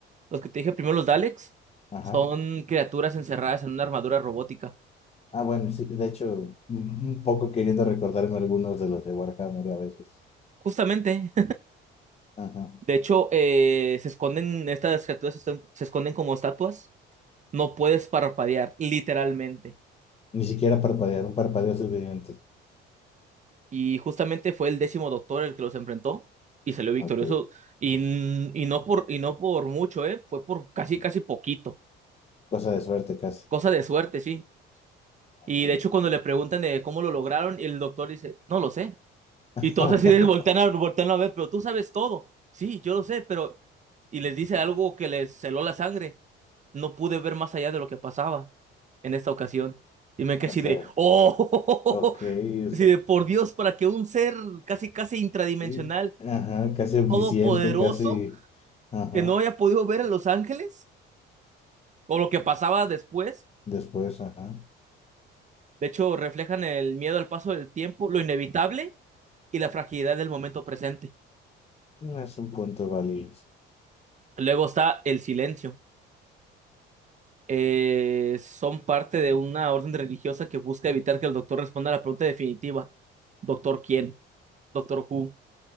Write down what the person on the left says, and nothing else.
Ajá.
Ah, bueno, sí, de hecho, un un poco queriendo recordarme algunos de los de Warhammer a veces.
Ajá.
Ni siquiera parpadear, un parpadeo es suficiente.
Ah, Ok.
Cosa de suerte casi.
Ok.
<laughs>
Ah,
bueno.
O
sea,
ok,
o
sea,
y- ajá, casi omnisciente,
casi, ajá,
después, ajá.
No es un punto válido.